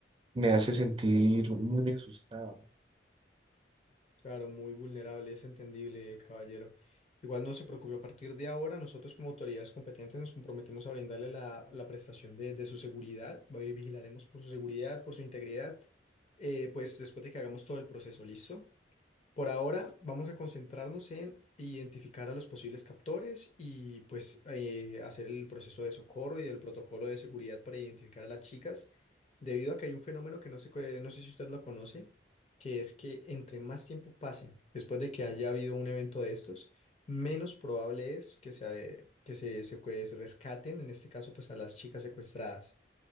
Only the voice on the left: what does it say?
Claro, muy vulnerable, es entendible, caballero. Igual no se preocupe, a partir de ahora nosotros como autoridades competentes nos comprometemos a brindarle la, la prestación de, de su seguridad, hoy vigilaremos por su seguridad, por su integridad, eh, pues después de que hagamos todo el proceso, ¿listo? Por ahora vamos a concentrarnos en identificar a los posibles captores y pues eh, hacer el proceso de socorro y el protocolo de seguridad para identificar a las chicas, debido a que hay un fenómeno que no sé, cu- no sé si usted lo conoce, que es que entre más tiempo pase después de que haya habido un evento de estos, menos probable es que se, que se, secue- se pues, rescaten, en este caso pues a las chicas secuestradas.